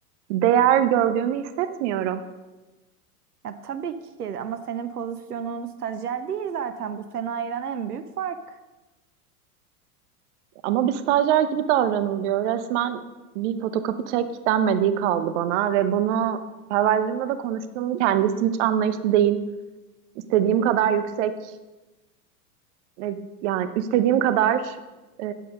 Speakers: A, on the right; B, on the right.
A: değer gördüğümü hissetmiyorum.
B: Ya tabii ki ama senin pozisyonun stajyer değil zaten. Bu seni ayıran en büyük fark.
A: Ama bir stajyer gibi davranılıyor. Resmen bir fotokopi çek denmediği kaldı bana ve bunu perverlerimle de konuştum. Kendisi hiç anlayışlı değil. İstediğim kadar yüksek ve yani istediğim kadar e,